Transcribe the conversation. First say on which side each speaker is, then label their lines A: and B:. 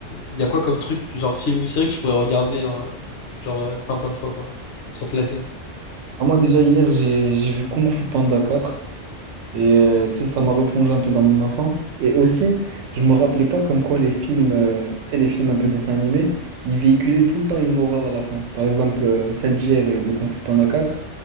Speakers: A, on the left; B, on the right.
A: y a quoi comme truc, genre film ou série que tu pourrais regarder, euh, genre, euh, plein plein de fois, quoi, sans te lasser?
B: ah, moi déjà hier, j'ai j'ai vu Kung Fu Panda 4 et euh, tu sais, ça m'a replongé un peu dans mon enfance. Et aussi, je me rappelais pas comme quoi les films, euh, tu sais, les films un peu dessins animés, ils véhiculaient tout le temps une morale à la fin. Par exemple, euh, celle d'hier euh, de Kung Fu Panda 4,